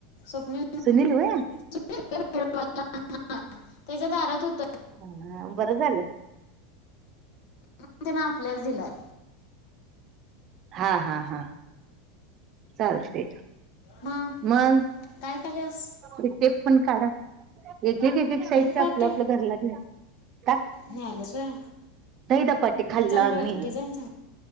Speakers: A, on the left; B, on the right.
A: स्वप्नील
B: सुनील व्हय?
A: <unintelligible> त्याच्या दारात होत
B: हं हां बरं झालं.
A: म्हणून त्यांनं आपल्याला दिलाय.
B: हां हां हां चालते.
A: मगं,
B: मग
A: काय पल्यास
B: ते टेप पण काढा. एक एक एक एक साईड ते
A: पाट्या
B: आपलं आपलं घरला घ्या. टाक,
A: न्यायलास व्हय.
B: दही धपाटे खाल्ल
A: लय चांगली
B: आज
A: वाटते
B: मी.
A: डिझाईन चांगली